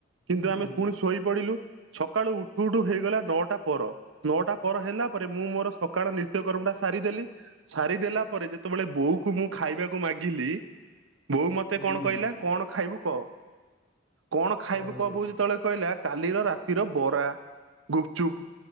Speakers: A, on the right; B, on the left.
A: କିନ୍ତୁ
B: ହୁଁ
A: ଆମେ ପୁଣି ଶୋଇ ପଡିଲୁ ସକାଳୁ ଉଠୁ ଉଠୁ ହେଇଗଲା ନଅଟା ପର। ନଅଟା ପର ହେଲା ପରେ ମୁଁ ମୋର ସକାଳ ନିତ୍ୟକର୍ମ ଟା ସାରିଦେଲି। ସାରିଦେଲା ପରେ ଯେତେବେଳେ ବୋଉ କ ମୁଁ ଖାଇବାକୁ ମାଗିଲି ବୋଉ ମତେ
B: ହୁଁ
A: କଣ କହିଲା କଣ ଖାଇବୁ କହ। କଣ ଖାଇବୁ
B: ଓହୋ
A: କବୁ ଯେତେବେଳେ କହିଲା କାଲିର ରାତିର ବରା ଗୁପଚୁପ।